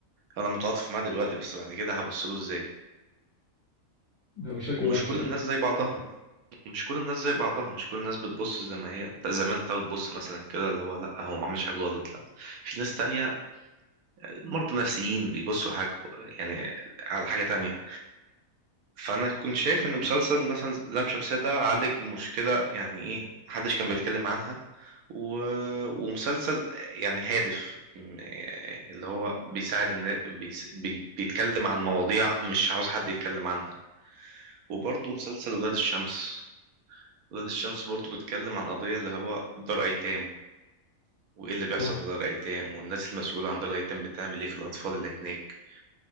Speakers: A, on the right (about 85°); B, on the left (about 20°).
A: انا متعاطف معاه دلوقتي بس بعد كده هبص له ازاي
B: هو شكله
A: ومش
B: وحش
A: كل
B: اه
A: الناس زي بعضها مش كل الناس زي بعضها مش كل الناس بتبص زي ما هي انت زي ما انت بتبص مثلا كده اللي هو لا هو ما عملش حاجه غلط لا في ناس تانية مرضى نفسيين بيبصوا حاجه يعني على حاجه تانية فانا كنت شايف ان مسلسل مثلا لام شمسية ده عالج مشكلة يعني ايه محدش كان بيتكلم عنها و... ومسلسل يعني هادف م- اللي هو بيساعد الناس بيس... بي... بيتكلم عن مواضيع مش عاوز حد يتكلم عنها وبرضه مسلسل ولاد الشمس ولاد الشمس برضه بيتكلم عن قضية اللي هو دار ايتام وايه اللي بيحصل
B: هو
A: في دار ايتام والناس المسؤولة عن دار الايتام بتعمل ايه في الاطفال اللي هناك